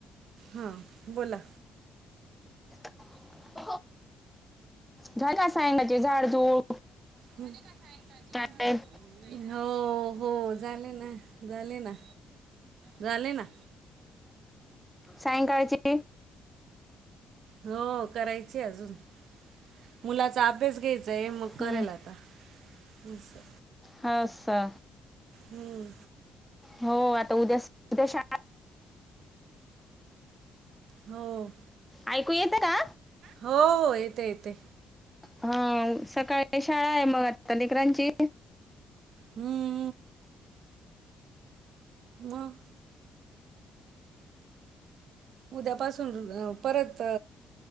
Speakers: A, on the right; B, in the centre.
A: हां बोला?
B: <inaudible> झाड कसयं ना ते झाड जुड
A: म्हंजे कसाय का <inaudible>
B: काय?
A: नायी हों हों झाले नां झाले नां झाले नां
B: सायंकाळची
A: हों करायचीयं अजून मुलांचा अभ्यास घ्येयचाय मग
B: हम्म
A: करेल आता असं.
B: ह सा
A: हों
B: हों आता उद्या उद्या शाळा
A: हों.
B: आयकू येतं का?
A: हों हों येतेयं येतयं.
B: हां सकाळी शाळायं, म आत्ता लेकरांची.
A: हुं. मं उद्यापासून र परत